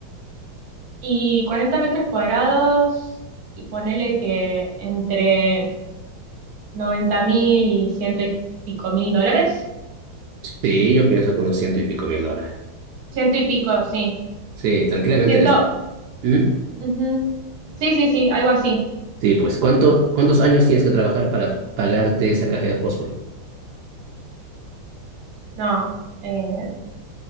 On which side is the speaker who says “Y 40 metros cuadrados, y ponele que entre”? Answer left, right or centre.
Right